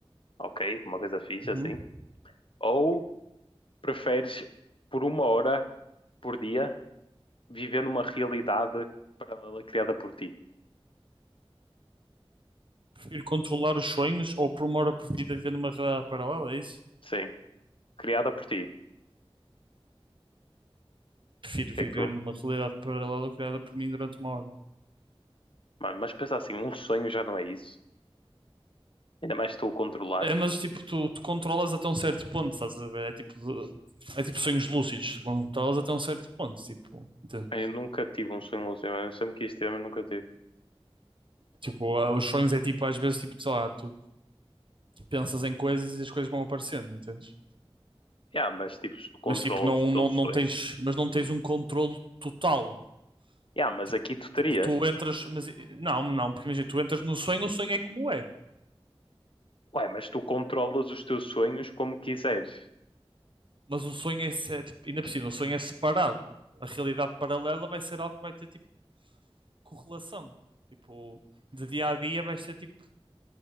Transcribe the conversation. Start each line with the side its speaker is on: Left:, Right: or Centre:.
Left: Ok, uma coisa fixe
Right: Uhum.
Left: assim. Ou preferes por uma hora por dia viver numa realidade paralela criada por ti.
Right: Prefiro controlar os sonhos ou por uma hora por vida viver numa realidade paralela, é isso?
Left: Sim, criada por ti. O
Right: Prefiro
Left: que
Right: viver
Left: é que tu.
Right: numa realidade paralela criada por mim durante uma hora.
Left: Mano, mas pensa assim, um sonho já não é isso. Ainda mais se tu o controlares.
Right: É, mas tipo, tu, tu controlas até um certo ponto, estás a ver? É tipo, de- é tipo sonhos lúcidos, tu controlas até um certo ponto, tipo, entende?
Left: Eu nunca tive um sonho lúcido, mas eu sempre quis ter, mas nunca tive.
Right: Tipo, ah, os sonhos é tipo, às vezes, tipo, sei lá, tu pensas em coisas e as coisas vão aparecendo, entendes?
Left: Yeah, mas tipo, se tu controlas
Right: Mas tipo, não,
Left: o teu
Right: não,
Left: sonho.
Right: não tens,
Left: né?
Right: mas não tens um controlo total.
Left: Yeah, mas
Right: Tipo,
Left: aqui tu terias.
Right: tipo, tu entras, mas não, não, porque imagina, tu entras no sonho, o sonho é como é.
Left: Ué, mas tu controlas os teus sonhos como quiseres.
Right: Mas o sonho é, se- é, tipo, ainda por cima, o sonho é separado. A realidade paralela vai ser algo que vai ter tipo correlação. Tipo, de dia a dia vai ser tipo,